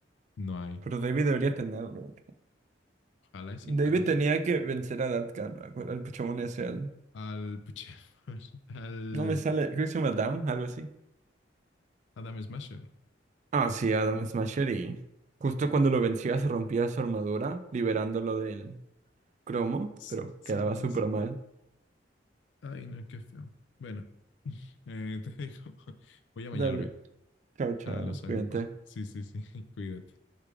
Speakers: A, on the left; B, on the right.
A: No hay.
B: Pero David debería tenerlo.
A: Ojalá y sí,
B: David
A: pero no.
B: tenía que vencer a Datkan, al al pichamón ese, al...
A: Al, pucha, <laughs> al
B: No me sale, creo que se llama Dam, algo así.
A: Adam Smasher.
B: Ah, sí, Adam Smasher y justo cuando lo vencía se rompía su armadura, liberándolo del cromo,
A: S-
B: pero
A: Sí,
B: quedaba súper
A: sí.
B: mal.
A: Ay, no, qué feo. Bueno, <laughs> eh, te dejo. <laughs> Voy a bañarme
B: Dale, chao, chao,
A: a los Cyberpunk.
B: cuídate.
A: Sí, sí, sí. <laughs> Cuídate.